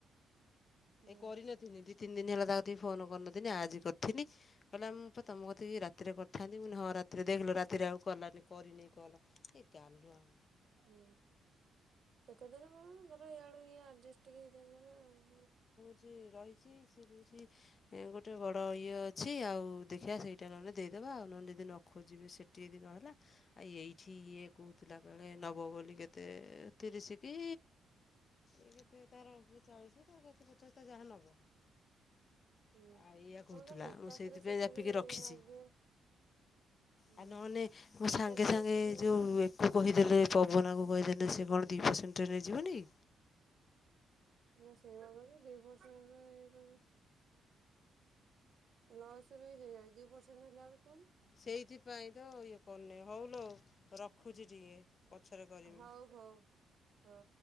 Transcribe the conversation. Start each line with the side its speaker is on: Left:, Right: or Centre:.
Right: ହୁଁ
Left: ଏ କରିନ ଦି ତିନି ଦିନ ହେଲା ତା କତିକି ଫୋନ କରିନଥିଲି ଆଜି କରିଥିନି। କହିଲା ମୁଁ ପା ତମ କତିକୁ ରାତିରେ କରିଥାନ୍ତି ମୁଁ ହଁ ରାତିରେ ଦେଖେଲୋ ରା ରାତି ରେ ଆଉ କଲାନି କରିନ କଲ ଏ ଗାଲୁ ଆମ।
Right: ହୁଁ ସେ କରିଦେଲେ କଣ ଧର ଇଆଡୁ ଆଡଜଷ୍ଟ ଟିକେ ହେଇଥାନ୍ତା ନା ଆଉ।
Left: ସେ ରହିଛି ସିଏ କହୁଛି ଗୋଟେ ବଡ ଇଏ ଅଛି ଆଉ ଦେଖିବା ସେଇ ସେ ନହେଲେ ଦେଇଦବା ଆଉ ନହେଲେ ଯଦି ନ ଖୋଜିବେ ସେଠି ଯଦି ନହେଲା। ଆ ଏଇଠି ଇଏ କହୁଥିଲା କାଳେ ନବ ବୋଲି କେତେ ତିରିଶ କି ଏ କେତେ ତାର ଚାଳିଶ ତାର କେତେ ପଚାଶ ତା ଯାହା ନବ।
Right: ହୁଁ
Left: ଆଉ ଇଆ
Right: କଣ
Left: କହୁଥିଲା
Right: କହନି ଏକାଥରେ
Left: ମୁଁ ସେଇଥିପାଇଁ
Right: ସେତିକି
Left: ଯାପିକି ରଖିଛି।
Right: ନାଗିବ ହୁଁ
Left: ଆଉ ନହନେ ମୋ
Right: ଏକାଥରେ
Left: ସାଙ୍ଗେ ସାଙ୍ଗେ
Right: ଏତିକି
Left: ଯୋଉ ତା କହିଦେଲେ ପବନାକୁ କହିଦେଲେ ସେ କଣ ଦି ପରସେଣ୍ଟ ରେ ନେଇ ଯିବନି କି?
Right: ମୁଁ ସେଇଆ କହିଲି ଦି ବର୍ଷରେ ଇଏ କହିଲେ। ଲସ୍ ଏବେ ହେଇଯଏ ଦି ପରସେଣ୍ଟ ହେଲାବେଳୁ କୁ କହୁନୁ।
Left: ସେଇଥିପାଇଁ ତ ଇଏ କରୁନି ହଉଲୋ ରଖୁଛି ଟିକେ। ପଛରେ କରିମି
Right: ହଉ ହଉ ହଉ।